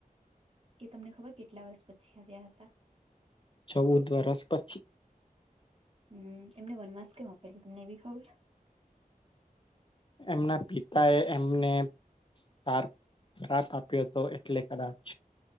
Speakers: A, on the right; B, on the left.
A: એ તમને ખબર કેટલા વર્ષ પછી આવ્યા હતા
B: ચૌદ વરષ પછી
A: હમ એમને વન માસ કેમ આપેલું તમને એ બી ખબર
B: એમના પિતા એ એમને તાર શ્રાપ આપ્યો હતો એટલે કદાચ